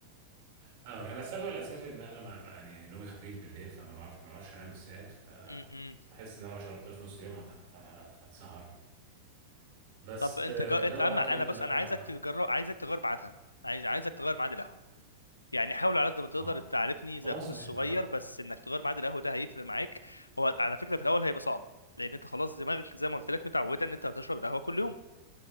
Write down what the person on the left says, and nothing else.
امم
طب انت
جا...
انت
اما
انا
بس
انا عايزك تجرب عايزك تغير ميعادها عايز عايزك تغير ميعاد القهوه يعني حاول على قد ما تقدر
تعرفني زي
اخوك الصغير
بس انك تغير ميعاد القهوه ده هيفرق معاك هو على فكره في الاول هيبقى صعب لان انت خلاص دماغك زي ما قلت لك متعوده ان انت هتشرب القهوه كل يوم